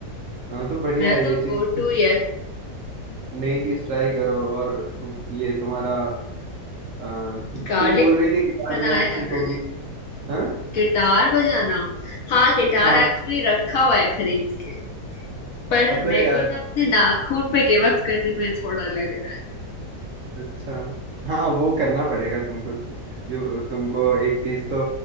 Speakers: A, on the right; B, on the left.
A: हाँ तो बढ़िया
B: मेरा
A: है
B: तो
A: ये
B: गो
A: चीज
B: टू ही है
A: नई चीज ट्राई करो और ये तुम्हारा अ,
B: गार्लिक
A: तुम बोल
B: ब्रेड
A: रही थी गिटार
B: बनाया
A: बजाना सीखोगी
B: है पहले
A: हाँ
B: गिटार बजाना हाँ गिटार
A: हाँ
B: एक्चुअली रखा हुआ है खरीद के पर
A: अबे
B: मेरे
A: यार
B: को ना अपने नाखून पे गिव अप करने में थोड़ा लग रहा
A: अच्छा हाँ वो करना पड़ेगा तुमको जो तुमको एक चीज तो